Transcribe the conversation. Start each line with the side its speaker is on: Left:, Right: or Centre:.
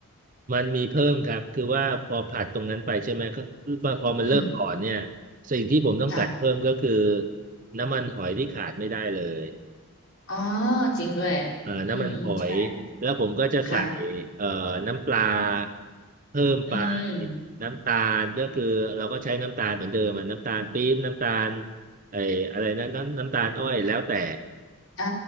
Right: มันมีเพิ่มครับคือว่าพอผัดตรงนั้นไปใช่ไหมก็คือว่าพอมันเริ่มอ่อนเนี่ย
Left: อืม
Right: สิ่งที่ผมต้องใส่เพิ่มก็คือ
Left: ค่ะ
Right: น้ำมันหอยที่ขาดไม่ได้เลย
Left: อ๋อจริงด้วย
Right: เอ่อน้ำมันหอยแล้วผมก็จะใส่
Left: อืมอืมใช่ค่ะ
Right: เอ่อน้ำปลาเพิ่มไป
Left: อืม
Right: น้ำตาลก็คือเราก็ใช้น้ำตาลเหมือนเดิมอะน้ำตาลปี๊บน้ำตาลไอ้อะไรนะน้ำน้ำตาลอ้อยแล้วแต่
Left: อ่า